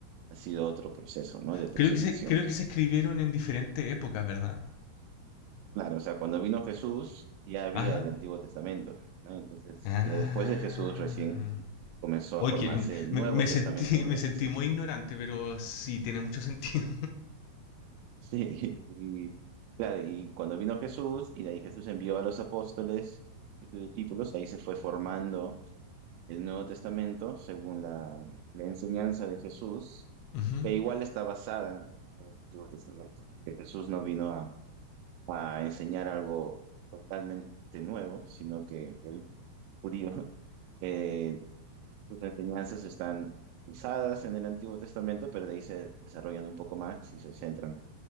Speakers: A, on the right; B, on the left.
A: ha sido otro proceso, ¿no? de preservación.
B: Creo que se, creo que se escribieron en diferentes épocas, ¿verdad?
A: Claro, o sea, cuando vino Jesús ya había
B: Ajá.
A: el Antiguo Testamento, ¿no? Entonces,
B: Ah.
A: ya después de Jesús recién comenzó
B: Oye,
A: a formarse
B: me,
A: el
B: me-
A: Nuevo
B: me
A: Testamento,
B: sentí, <laughs> me sentí
A: o sea,
B: muy ignorante, pero sí tiene mucho sentido.
A: Sí, <laughs> y claro, y cuando vino Jesús, y de ahí Jesús envió a los apóstoles y sus discípulos, ahí se fue formando el Nuevo Testamento según la, la enseñanza de Jesús,
B: Ujú.
A: que igual está basada en el Antiguo Testamento, porque Jesús no vino a, a enseñar algo totalmente nuevo, sino que el judío, <laughs> eh, sus enseñanzas están basadas en el Antiguo Testamento, pero de ahí se desarrollan un poco más y se centran